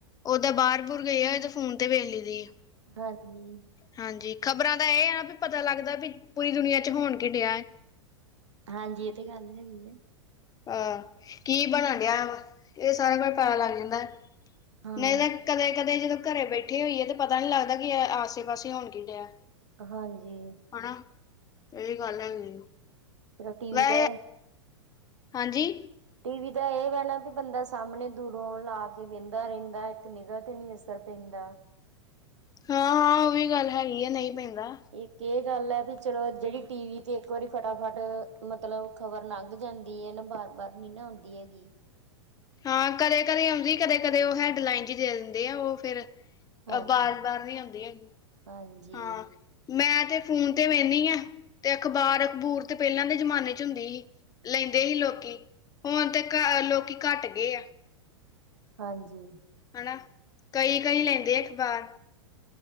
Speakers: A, on the left (about 25°); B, on the right (about 75°).
A: ਓਦਾਂ ਬਾਹਰ ਬੁਰ ਗਈ ਆ ਦ ਤੇ ਫੋਨ ਵੇਖ ਲਈ ਦੀਏ
B: ਹਾਂਜੀ।
A: ਹਾਂਜੀ ਖ਼ਬਰਾਂ ਦਾ ਇਹ ਆ ਨਾ ਵੀ, ਪਤਾ ਲੱਗਦਾ ਵੀ ਪੂਰੀ ਦੁਨੀਆਂ ਚ ਹੋਣ ਕੇ ਡਿਆ ਐ।
B: ਹਾਂਜੀ, ਇਹ ਤੇ ਗੱਲ ਹੈਗੀ ਐਂ।
A: ਹਹ ਕੀ ਬਨਣ ਡਿਆ ਵਾ, ਇਹ ਸਾਰਿਆਂ ਕੋਲ ਪਤਾ ਲੱਗ ਜਾਂਦਾ।
B: ਹਾਂ
A: ਨਹੀਂ ਤਾਂ ਕਦੇ ਕਦੇਂ ਜਦੋਂ ਘਰੇ ਬੈਠੇ ਹੋਈਏ ਤਾਂ ਪਤਾ ਨਹੀਂ ਲੱਗਦਾ, ਕਿ ਆਸੇ ਪਾਸੇ ਹੋਣ ਕੀ ਡਿਆ।
B: ਹਾਂਜੀ,
A: ਹਨਾ ਇਹ ਵੀ ਗੱਲ ਹੈਗੀ
B: ਚਲੋ ਟੀਵੀ
A: ਵੈ
B: ਦਾ।
A: ਹਾਂਜੀ-
B: ਟੀ ਵੀ ਦਾ ਇਹ ਵੈ ਨਾ ਵੀ ਬੰਦਾ ਸਾਹਮਣੇ ਦੂਰੋਂ ਲਾ ਕੇ ਵਹਿੰਦਾ ਰਹਿੰਦਾ ਇੱਕ ਨਿਗਾਹ ਤੇ ਨੀ ਅਸਰ ਪੈਂਦਾ
A: ਹਾਂ- ਹਾਂ ਉਹ ਵੀ ਗੱਲ ਹੈਗੀ ਆ ਨਹੀ ਪੈਂਦਾ
B: ਇਕ ਇਹ ਗੱਲ ਹੈ ਵੀ ਚਲੋ ਜਿਹੜੀ ਟੀ ਵੀ ਤੇ ਇੱਕ ਵਾਰੀ ਫਟਾਫਟ ਮਤਲਬ ਖ਼ਬਰ ਲੰਘ ਜਾਂਦੀ ਇਹ ਨਾ ਬਾਰ- ਬਾਰ ਨ ਨਾ ਆਉਂਦੀ ਹੈਗੀ
A: ਹਾਂ ਕਦੇ- ਕਦੇ ਆਉਂਦੀ ਕਦੇ ਕਦੇ ਉਹ ਹੈਡਲਾਈਨ ਜੀ ਦੇ ਦਿੰਦੇ ਆ ਉਹ ਫਿਰ
B: ਹਾਂਜੀ
A: ਅ ਬਾਰ- ਬਾਰ ਨ ਆਉਂਦੀ ਹੈਗੀ
B: ਹਾਂਜੀ
A: ਹਾਂ ਮੈਂ ਤੇ ਫੋਨ ਤੇ ਵਹਿੰਦੀ ਹਾਂ, ਤੇ ਅਖ਼ਬਾਰ ਅਖਬੂਰ ਤੇ ਪਹਿਲਾਂ ਦੇ ਜ਼ਮਾਨੇ ਚ ਹੁੰਦੀ ਸੀ ਲੈਂਦੇ ਸੀ ਲੋਕੀ ਹੁਣ ਤੇ ਘ ਲੋਕੀ ਘੱਟ ਗਏ ਆ
B: ਹਾਂਜੀ
A: ਹਨਾ ਕਈ ਕਈ ਲੈਂਦੇ ਆ ਅਖਬਾਰ,